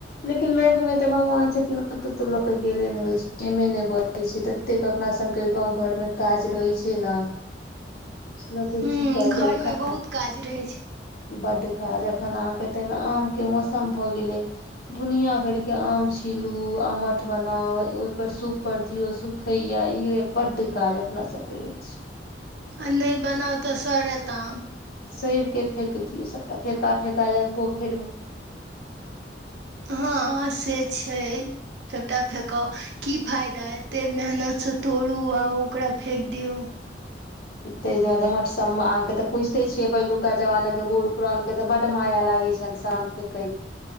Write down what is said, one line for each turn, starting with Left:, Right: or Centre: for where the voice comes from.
Left: लेकिन लोग में ते भगवान छथिन त-त लोक के गेले ने होई छ ति न ने ने ब तै से ततेक अपना सबके गाँंव घर में काज रहै छ। केना लोकके
Right: हूँ
Left: की करते
Right: घरमे
Left: क-आ
Right: बहुत काज रहै छै।
Left: बड्ड काज अखन अहाँके तै में आमके मौसम भऽ गेलै दुनिया भैर के आम छीलू अमठ बनाउ ओइपर सूप पर दियौ सूखैये इ होइये बड्ड काज अपना सभके रहै छै।
Right: आ नै बनाउ तऽ सरत आम।
Left: सैर के फेेक दियौ सबटा फेका- फेका जेत पोखैर में।
Right: हँ से छै सबटा फेकौ। की फायदा एत्ते मेहनत? से तोड़ू आ ओकरा फेक दियौ।
Left: तै दुआरे मट्सम मे अहाँ के ते पूइजते छियै पहिलुका जमाना के बूढ़ पुरान के ते बड माया लागे छैन सान फे। कैत